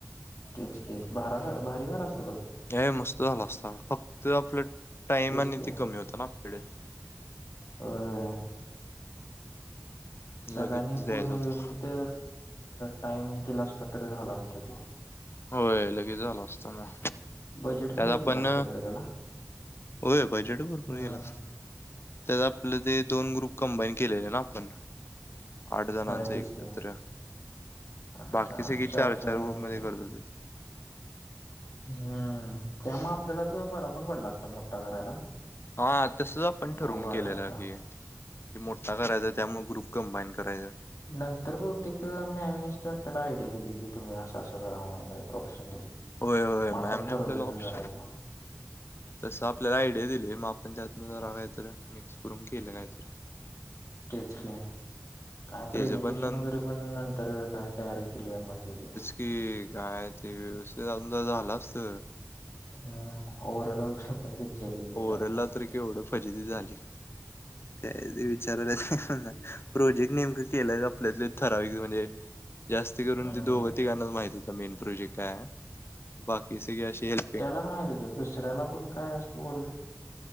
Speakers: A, on the left (about 80°); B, on the left (about 50°).
A: तेच घ भारा भारी झालास
B: हे मस्त झाला असता फक्त आपलं टाइम
A: तेच
B: आणि
A: की
B: ते कमी होतं नाडे
A: हम सगळ्यांनी
B: लगेच द्यायचा
A: पूर्ण
B: होता
A: व्यवस्थित टाइमही दिला असता तर झाला असत ते
B: होय लगेच झालं असत ना त्यात
A: बजेट पण लई
B: आपण
A: गेलं असतं खरं त्याला
B: होय बजेट भरपूर
A: हा
B: गेला असत त्या आपलं ते दोन ग्रुप कंबाईन केलेले ना आपण आठ जणांच
A: होय
B: एकत्र
A: तेच की आठ
B: बाकी सळे चार चार ग्रुप
A: आणि
B: मध्ये
A: काय
B: करत हो ते
A: हम्म त्यामुळे आपल्याला तर बरा पण पडला असतं मोठा करायला
B: हा तस आपण ठरवून
A: गोगार्टनचा
B: केलेलं की कि मोठा करायचा त्यामुळे ग्रुप कंबाईन करायचं
A: नंतर बहुतेक मॅमनेच आपल्याला आयडिया दिली की तुम्ही असं असं करा म्ह ऑप्शन दिले
B: होय होय
A: मग
B: मॅमने
A: आपण ठरवलं
B: आपल्याला
A: ते
B: ऑप्शन
A: करायचं
B: तसं आपल्याला आयडिया दिली मग आपण त्यातनं जरा काहीत मिक्स करून केलं काहीत
A: तेच का काय प्रेझेंटेशन
B: तेज पण न
A: वगैरे पण नंतर काय तयारी केली आपण त्याची
B: कि काय ते व्यवस्थित अजून ज झालं असत
A: हम्म ओव्हरऑल वगैरे पण घेतलेली आहे
B: ओव्हरलला
A: काय काय
B: तर केवढं फजिदी झाली काय विचारला नाही प्रोजेक्ट नेमकं केलंय आपल्यातले ठराविक म्हणजे जास्त करून
A: हम्म
B: ते दोघं तिकांनाच माहित होता मेन प्रोजेक्ट काय बाकी सगळी अशी हेल्प
A: त्याला माहती होत दुसऱ्याला पण काय असं बोल